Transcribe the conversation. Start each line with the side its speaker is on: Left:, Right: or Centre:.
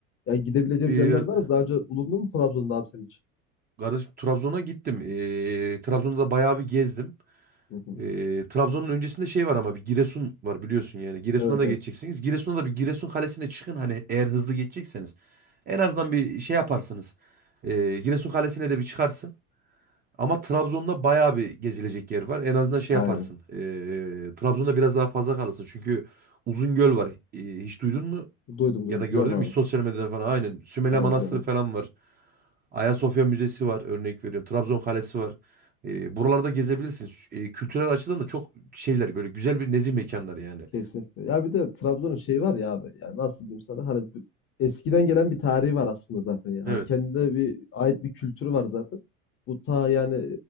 Left: Ya gidebileceğimiz
Right: Ee,
Left: yerler var mı? Daha önce bulundun mu Trabzon'da abi sen hiç?
Right: kardeşim Trabzon'a gittim. Ee, Trabzon'da da bayağı bir gezdim.
Left: Hı hı.
Right: Ee, Trabzon'un öncesinde şey var ama bir Giresun var biliyorsun yani. Giresun'a
Left: Evet
Right: da
Left: evet.
Right: geçeceksiniz. Giresun'a da bir Giresun Kalesi'ne çıkın hani eğer hızlı geçecekseniz. En azından bir şey yaparsınız. Ee, Giresun Kalesi'ne de bir çıkarsın. Ama Trabzon'da bayağı bir gezilecek yer var. En azından şey
Left: Aynen.
Right: yaparsın. Ee, Trabzon'da biraz daha fazla kalırsın. Çünkü Uzungöl var. Ee, hiç duydun mu?
Left: Duydum duydum.
Right: Ya da gördün
Left: Biliyorum abi.
Right: mü hiç sosyal medyada falan aynen. Sümele
Left: Aynen
Right: Manastırı
Left: biliyorum abi.
Right: falan var. Ayasofya Müzesi var örnek veriyorum. Trabzon Kalesi var. E, buralarda gezebilirsin. E, kültürel açıdan da çok şeyler böyle güzel bir nezih mekanlar yani.
Left: Kesinlikle. Ya bir de Trabzon'un şeyi var ya abi. Yani nasıl diyeyim sana? Hani bir- eskiden gelen bir tarihi var aslında zaten. Yani.
Right: Evet.
Left: Hani kendine bir ait bir kültürü var zaten. Bu ta yani